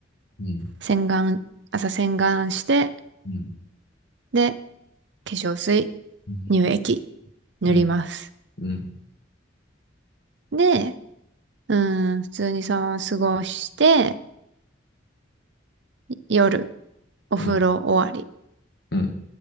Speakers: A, on the left (about 60°); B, on the right (about 65°).
A: うん、
B: 洗顔、朝洗顔して、
A: うん、
B: で、化粧水、
A: うん、
B: 乳液、塗ります。
A: うん、うん、
B: で、うーん、普通にそのまま過ごして、夜、お風呂終わり。
A: うん、う